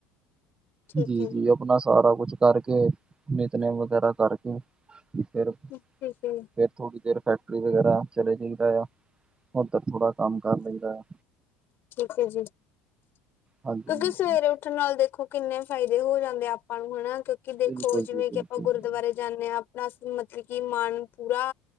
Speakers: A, on the left; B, on the right.
A: ਠੀਕ
B: ਜੀ
A: ਹੈ
B: ਜੀ, ਅਪਣਾ ਸਾਰਾ ਕੁਛ ਕਰਕੇ ਨਿਤਨੇਮ ਵਗੈਰਾ ਕਰਕੇ, ਫੇਰ
A: <unintelligible>
B: ਫੇਰ ਥੋੜ੍ਹੀ ਦੇਰ ਫੈਕਟਰੀ ਵਗੈਰਾ ਚਲੇ ਜਾਈ ਦਾ ਆ, ਉੱਧਰ ਥੋੜ੍ਹਾ ਕੰਮ ਕਰ ਲਈ ਦਾ ਆ।
A: ਠੀਕ ਹੈ ਜੀ,
B: ਹਾਂਜੀ
A: ਕਿਉਂਕਿ
B: ਹਾਂਜੀ
A: ਸਵੇਰੇ ਉਠ ਉੱਠਣ ਨਾਲ ਦੇਖੋ ਕਿੰਨੇ ਫਾਇਦੇ ਹੋ ਜਾਂਦੇ ਆਪਾਂ ਨੂੰ, ਹੈਣਾ ਕਿਉਂਕਿ ਦੇਖੋ
B: ਬਿਲਕੁਲ
A: ਜਿਵੇਂ
B: ਜੀ ਬਿਲਕੁਲ
A: ਕਿ ਆਪਾਂ ਗੁਰਦੁਆਰੇ,
B: ਜੀ।
A: ਜਾਂਦੇ ਆ। ਆਪਣਾ ਮਤਲਬ ਕੀ ਮਨ ਪੂਰਾ